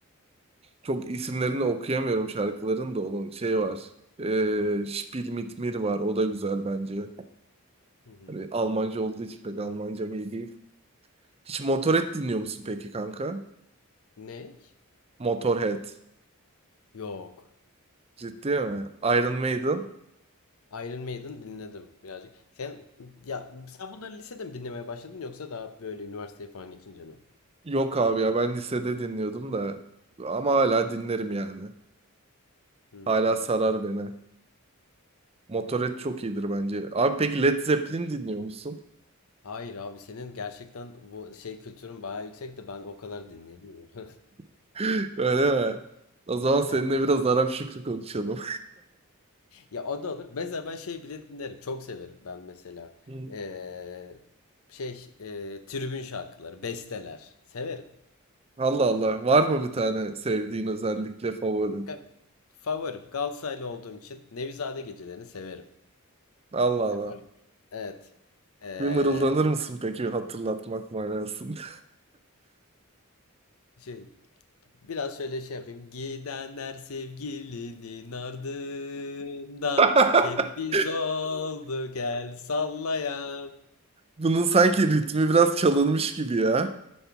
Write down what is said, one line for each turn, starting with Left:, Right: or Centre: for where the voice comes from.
Right: Çok isimlerini okuyamıyorum şarkıların da onun şey var. Ee, Spiel mit mir var. O da güzel bence.
Left: Hı hı.
Right: Hani Almanca olduğu için pek Almancam iyi değil. Hiç Motorhead dinliyor musun peki kanka?
Left: Ne?
Right: Motorhead.
Left: Yok.
Right: Ciddi mi? Iron Maiden.
Left: Iron Maiden dinledim birazcık. Sen ya sen bunları lisede mi dinlemeye başladın yoksa daha böyle üniversiteye falan geçince mi?
Right: Yok abi ya ben lisede dinliyordum da. Ama hala dinlerim yani.
Left: Hmm.
Right: Hala sarar beni. Motorhead çok iyidir bence. Abi peki Led Zeppelin dinliyor musun?
Left: Hayır abi senin gerçekten bu şey kültürün bayağı yüksek de ben o kadar dinleyemiyorum.
Right: <gasps> <laughs> Öyle mi? O zaman seninle
Left: <laughs>
Right: biraz Arap Şükrü konuşalım.
Left: Ya o da olur. Mesela ben şey bile dinlerim. Çok severim ben mesela.
Right: <laughs>
Left: Ee, şey e, tribün şarkıları, besteler. Severim.
Right: Allah Allah. Var mı bir tane sevdiğin özellikle favorin?
Left: Ka- Favorim. Galatasaraylı olduğum için Nevizade gecelerini severim.
Right: Allah
Left: Efendim.
Right: Allah.
Left: Evet. Ee,
Right: Bir mırıldanır mısın peki hatırlatmak manasında?
Left: şey, biraz şöyle şey yapayım. Gidenler sevgilinin ardından
Right: <laughs>
Left: hep biz olduk el sallayan.
Right: Bunun sanki ritmi biraz çalınmış gibi ya.